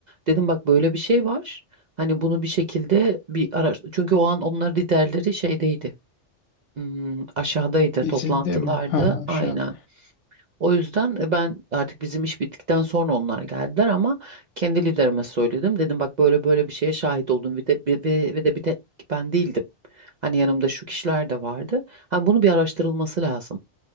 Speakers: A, on the right; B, on the left.
A: Dedim bak böyle bir şey var. Hani bunu bir şekilde bir araştır. Çünkü o an onların liderleri şeydeydi. Hmm, aşağıdaydı
B: İzinde
A: toplantılarda
B: mi? Ha,
A: aynen.
B: şu an.
A: O yüzden e, ben artık bizim iş bittikten sonra onlar geldiler ama kendi liderime söyledim. Dedim bak böyle böyle bir şeye şahit oldum ve de, ve, ve ve de bir tek ben değildim. Hani yanımda şu kişiler de vardı. Hani bunu bir araştırılması lazım.